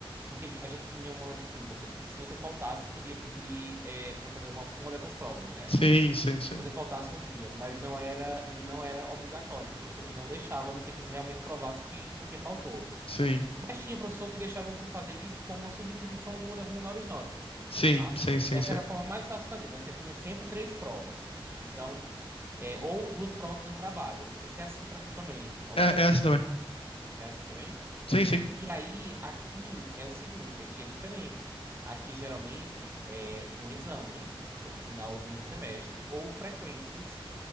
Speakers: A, on the right; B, on the left.
A: Porque a gente tinha uma que assim, você, se você faltasse, podia pedir para fazer uma, uma dessas provas, né?
B: Sim, sim, sim.
A: Se você faltasse no dia, mas não era não era obrigatório. Tinha professor que não deixava, a não ser que você realmente provasse que porque faltou.
B: Sim.
A: Mas tinha professor que deixava você fazer isso como uma substituição de uma das menores notas,
B: Sim,
A: tá?
B: sim, sim,
A: Essa
B: sim.
A: era a forma mais fácil de fazer, mas você tinha sempre três provas. Então. É, ou duas provas e um trabalho. Eu não sei se é assim pra tu também. Algum-
B: É, é essa também.
A: É assim também?
B: Sim, sim.
A: E aí, aqui é o seguinte, aqui é diferente. Aqui geralmente é um exame no final do semestre ou frequências,